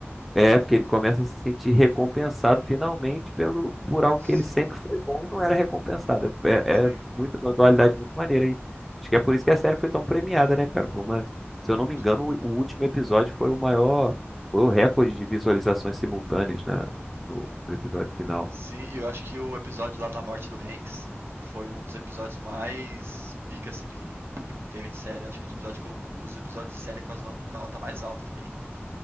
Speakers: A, in the centre; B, on the right (about 60°).
A: É, porque ele começa a se sentir recompensado finalmente pelo, por algo
B: Sim,
A: que ele sempre foi bom e não era recompensado. É,
B: Sim,
A: é muita uma dualidade muito maneira aí. Acho que é por isso que a série foi tão premiada, né, cara? Por uma- se eu
B: muito.
A: não me engano, o, o último episódio foi o maior, foi o recorde de visualizações simultâneas, né, no, no episódio final.
B: Sim, eu acho que o episódio lá da morte do Hanks foi um dos episódios mais pica, assim, que teve de série. Acho que é um dos episódios com os episódios de série com, as not com a nota mais alta que tem.